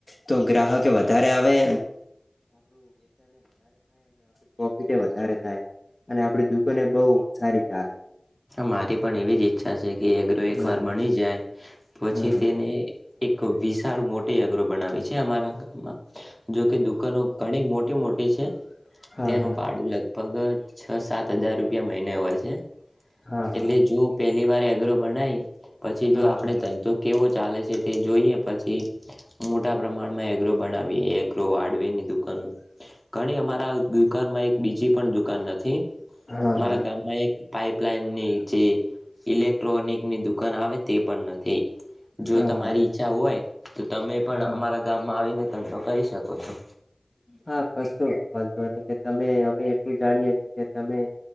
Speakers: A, on the left; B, in the centre.
A: તો ગ્રાહકે વધારે આવે પ્રોફિટે વધારે થાય. અને આપડી દુકાને બહુ સારી ચાલે
B: મારી પણ એવી જ ઈચ્છા છે. કે એગ્રો એક
A: હા
B: વાર બની જાય. પછી
A: હા
B: તેને એક વિશાળ મોટે. બર બનાવી. અમારા ગામાં જોકે દુકાનો ઘણી મોટી મોટી છે. ઓકે.
A: હા
B: તેનું ભાડું લગભગ સાત હજાર રૂપિયા મહિને હોય છે.
A: હા હા હા
B: એટલે જો પેલી. વારે અઘરો બણાય. પછી
A: હા
B: જો આપણે
A: હા
B: ધંધો કેવો ચાલે છે તે જોઈએ પછી મોટા પ્રમાણમાં ર બનાવી એક હડવેરની દુકાનો ઘણી અમારા દુકાનમાં એક બીજી પણ દુકાન નથી
A: હા હા
B: અમારા
A: હા
B: ગામમાં એક પાઇપ લાઈન ની છે. ઇલેક્ટ્રોનિકની દુકાન આવે તે પણ નથી જો
A: હા
B: તમારી
A: હા હા
B: ઈચ્છા હોય તો તમે પણ
A: હા
B: અમારા ગામમાં આવીને ધંધો કરી શકો. કોઈ.
A: હા કશો વાંધો ને કે તમે અમે એટલું જાણીએ છ કે તમે.